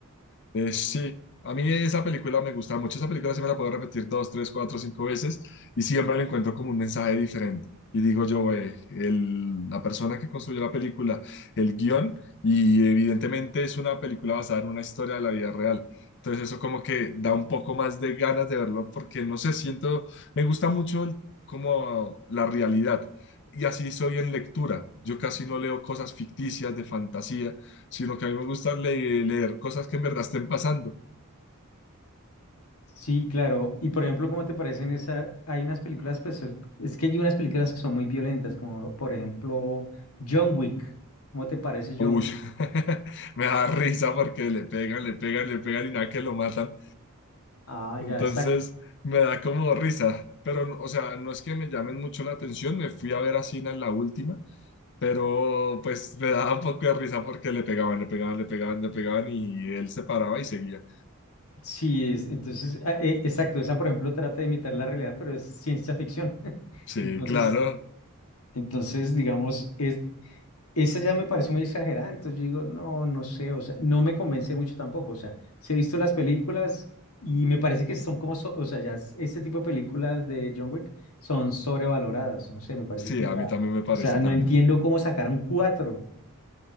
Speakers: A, on the left (about 50°); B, on the left (about 75°).
A: Eh, sí, a mí esa película me gusta mucho. Esa película se me la puedo repetir dos, tres, cuatro, cinco veces y siempre le encuentro como un mensaje diferente. Y digo yo, eh, el- la persona que construyó la película, el guión, y evidentemente es una película basada en una historia de la vida real. Entonces eso como que da un poco más de ganas de verlo porque no sé, siento, me gusta mucho el- como la realidad. Y así soy en lectura. Yo casi no leo cosas ficticias de fantasía si lo que a mí me gusta es le- leer cosas que en verdad estén pasando.
B: Sí, claro. Y por ejemplo, ¿cómo te parecen esa? Hay unas películas, pues es es que hay unas películas que son muy violentas, como por ejemplo John Wick. ¿Cómo te parece John
A: Uy,
B: Wick?
A: <laughs> me da risa porque le pegan, le pegan, le pegan y nada que lo matan.
B: Ah,
A: Entonces
B: ya, exacto.
A: me da como risa. Pero, no- o sea, no es que me llamen mucho la atención. Me fui a ver a Sina en la última, pero pues me daba un poco de risa porque le pegaban, le pegaban, le pegaban, le pegaban y él se paraba y seguía.
B: Sí, es, entonces, ah, eh, exacto, esa por ejemplo trata de imitar la realidad, pero es ciencia ficción. <laughs>
A: Sí,
B: Entonces,
A: claro.
B: entonces, digamos, es, Esa ya me parece muy exagerada, entonces yo digo, no, no sé, o sea, no me convence mucho tampoco, o sea, sí he visto las películas y me parece que son como, so- o sea, ya es- este tipo de películas de John Wick son sobrevaloradas, no sé, me parece
A: Sí,
B: que
A: a
B: ya,
A: mí también me parece
B: o sea, no
A: también.
B: entiendo cómo sacaron cuatro,